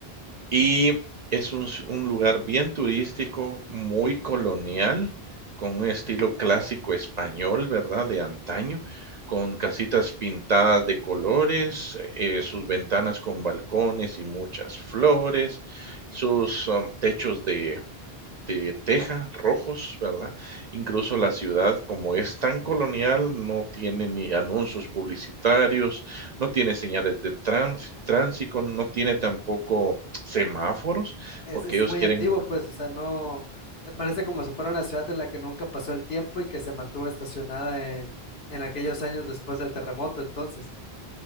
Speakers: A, on the right (about 50°); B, on the left (about 75°).
A: Y es un, s- un lugar bien turístico, muy colonial, con un estilo clásico español, ¿verdad? De antaño, con casitas pintadas de colores, eh, sus ventanas con balcones y muchas flores, sus um, techos de de teja rojos, ¿verdad? Incluso la ciudad, como es tan colonial, no tiene ni anuncios publicitarios, no tiene señales de tránsi- tránsito, no tiene tampoco semáforos,
B: Es,
A: porque
B: es
A: ellos
B: muy
A: quieren
B: antiguo, pues, o sea, no, me parece como si fuera una ciudad en la que nunca pasó el tiempo y que se mantuvo estacionada en, en aquellos años después del terremoto, entonces.